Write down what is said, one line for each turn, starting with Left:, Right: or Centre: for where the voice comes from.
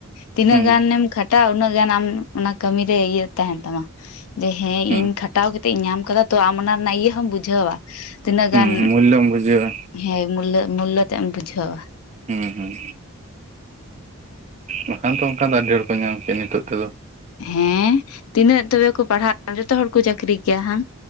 Left: ᱛᱤᱱᱟᱹᱜ
Right: ᱦᱩᱸ
Left: ᱜᱟᱱᱮᱢ ᱠᱷᱟᱴᱟᱜᱼᱟ ᱩᱱᱟᱹᱜ ᱜᱟᱱ ᱟᱢ ᱚᱱᱟ ᱠᱟᱹᱢᱤ ᱨᱮ ᱤᱭᱟᱹ ᱛᱟᱸᱦᱮᱱ ᱛᱟᱢᱟ᱾ ᱡᱮ ᱦᱮᱸ
Right: ᱦᱩᱸ
Left: ᱤᱧ ᱠᱷᱟᱴᱟᱣ ᱠᱟᱛᱮᱜ ᱤᱧ ᱧᱟᱢ ᱠᱟᱫᱟ ᱛᱚ, ᱟᱢ ᱚᱱᱟ ᱨᱮᱱᱟᱜ ᱤᱭᱟᱹ ᱦᱚᱢ ᱵᱩᱡᱷᱟᱹᱣᱟ᱾ ᱛᱤᱱᱟᱹᱜ
Right: ᱦᱩᱸ
Left: ᱜᱟᱱ
Right: ᱢᱩᱞᱞᱚᱢ ᱵᱩᱡᱷᱟᱹᱣᱟ
Left: ᱦᱮᱸ ᱢᱩᱞᱞᱳ ᱢᱩᱞᱞᱚ ᱛᱮᱢ ᱵᱩᱡᱷᱟᱹᱣᱟ᱾
Right: ᱦᱩᱸ ᱦᱩᱸ᱾ ᱵᱟᱠᱷᱟᱱ ᱛᱚ ᱚᱝᱠᱟ ᱫᱚ ᱟᱹᱰᱤ ᱦᱚᱲ ᱠᱚ ᱧᱟᱢ ᱠᱮ ᱱᱤᱛᱚᱜ ᱛᱮᱫᱚ᱾
Left: ᱦᱮᱸ ᱛᱤᱱᱟᱹᱜ ᱛᱚᱵᱮ ᱠᱚ ᱯᱟᱲᱦᱟᱜᱼᱟ ᱡᱷᱚᱛᱚ ᱦᱚᱲ ᱠᱚ ᱪᱟᱹᱠᱨᱤ ᱠᱮᱭᱟ ᱦᱟᱝ᱾